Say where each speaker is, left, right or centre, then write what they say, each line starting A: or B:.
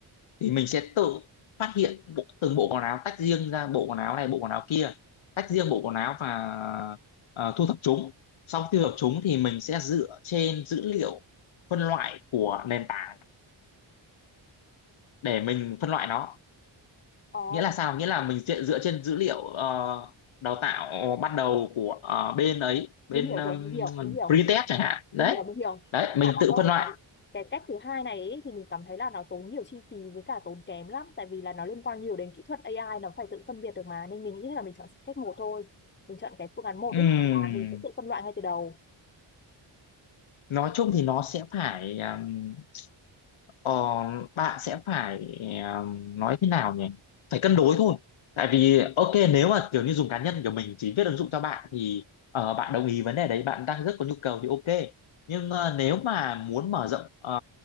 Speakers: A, on the left (about 70°); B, on the left (about 20°).
A: thì mình sẽ tự phát hiện bộ, từng bộ quần áo tách riêng ra bộ quần áo này bộ quần áo kia tách riêng bộ quần áo và ờ, thu thập chúng sau khi thu thập chúng thì mình sẽ dựa trên dữ liệu phân loại của nền tảng để mình phân loại nó
B: ờ,
A: nghĩa là sao nghĩa là mình dựa, dựa trên dữ liệu ờ, đào tạo bắt đầu của ờ, bên ấy bên
B: mình hiểu
A: um,
B: rồi, mình hiểu, mình hiểu.
A: Britest chẳng hạn đấy
B: mình hiểu mình hiểu
A: đấy
B: và
A: mình
B: bạn
A: tự
B: ơi
A: phân loại
B: cái cái cách thứ hai này ấy, thì mình cảm thấy là nó tốn nhiều chi phí với cả tốn kém lắm tại vì là nó liên quan nhiều đến kỹ thuật AI nó phải tự phân biệt được mà nên mình nghĩ là mình chọn cách một thôi mình chọn cái phương án một
A: Ừm,
B: ấy tức là mình sẽ tự phân loại ngay từ đầu
A: nói chung thì nó sẽ phải um, ờ, bạn sẽ phải um, nói thế nào nhỉ phải cân đối thôi tại vì ok nếu mà kiểu như dùng cá nhân của mình chỉ viết ứng dụng cho bạn thì ờ, bạn đồng ý vấn đề đấy bạn đang rất có nhu cầu thì ok nhưng ờ, nếu mà muốn mở rộng ờ,